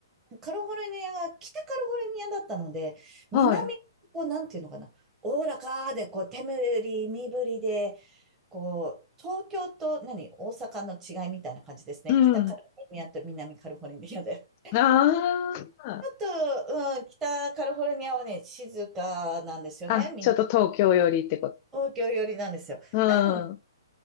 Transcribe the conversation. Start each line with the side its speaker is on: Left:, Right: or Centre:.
Right: カリフォルニアが北カリフォルニアだったので、南、
Left: はい。
Right: こう、なんていうのかな、おおらかで、こう、手振り、身振りで、こう、東京と何、大阪の違いみたいな感じですね。
Left: うん。
Right: 北カリフォルニアと南カリフォルニアで。
Left: ああ。
Right: ちょっと、うん、北カリフォルニアはね、静かなんですよね。
Left: あ、
Right: みんな、
Left: ちょっと東京寄りってこと
Right: 東京寄りなんですよ。
Left: う
Right: なの、
Left: ん。